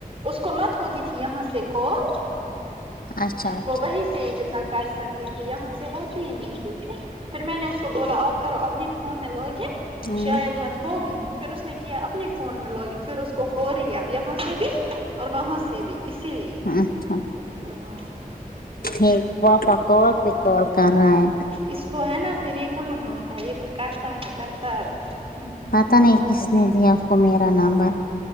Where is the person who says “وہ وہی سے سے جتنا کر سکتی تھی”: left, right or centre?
Right